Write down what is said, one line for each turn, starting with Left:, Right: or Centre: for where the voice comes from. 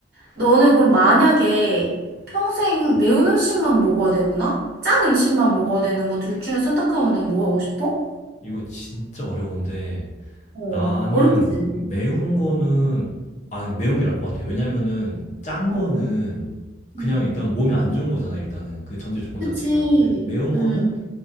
Right: 너는 그럼 만약에 평생 매운 음식만 먹어야 되구나? 짠 음식만 먹어야 되는 거 둘 중에 선택하면 넌 뭐 하고 싶어?
Left: 이거 진짜 어려운데
Right: 어,
Left: 나는
Right: 어렵지.
Left: 매운
Right: 음.
Left: 거는 아 매운 게 나을 것 같아. 왜냐면은 짠
Right: 어,
Left: 거는 그냥
Right: 음.
Left: 일단 몸에 안 좋은 거잖아 일단은 그 전제 조건
Right: 그치.
Left: 자체가. 근데 매운 거는
Right: 음,